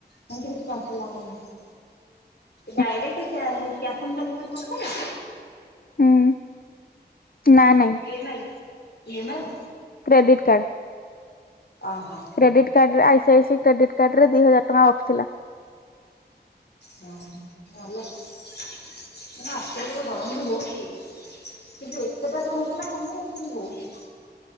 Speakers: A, on the left (about 75°); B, on the left (about 60°).
A: ହେମିତି କିଛି ପାର୍ସଲ ଆମର ନାହିଁ।
B: <inaudible>
A: ଡାଇରେକ୍ଟେ କ୍ୟା-କ୍ୟାସ୍ ଅନ୍ ଡେଲିଭରି କରିଥିଲେ?
B: ହୁଁ ନା
A: <unintelligible>
B: ନାଇଁ
A: ଇଏମ୍ଆଇ।
B: Credit card.
A: ଓହୋ।
B: କ୍ରେଡିଟ୍ କାର୍ଡ ରେ ଆଇସି ଆଇ ସି କ୍ରେଡିଟ୍ କାର୍ଡରେ ଦି ହଜାର୍ ଟଙ୍କା ଅଫ୍ ଥିଲା।
A: ହ ଭଲ ଏଇନା ଆସିଲି ଯଉ ଗରମ ବି ହଉଚି। କିନ୍ତୁ ଏତେଟା ଯଉ ହଉଥିଲା କମିଯାଇଛି କିନ୍ତୁ ହଉଛି